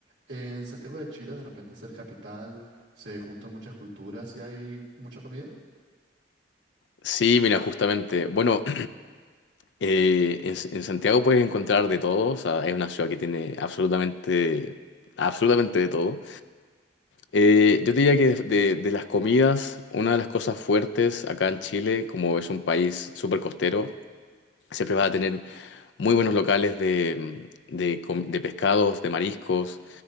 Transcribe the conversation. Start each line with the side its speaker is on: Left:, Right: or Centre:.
Right: En Santiago de Chile, de repente ser capital, se juntan muchas culturas y hay mucha comida.
Left: Sí, mira, justamente. Bueno, <clears throat> Eh, en, en Santiago puedes encontrar de todo, o sea, es una ciudad que tiene absolutamente, absolutamente de todo. Eh, yo te diría que de, de las comidas, una de las cosas fuertes acá en Chile, como es un país súper costero, siempre vas a tener muy buenos locales de, de, com- de pescados, de mariscos.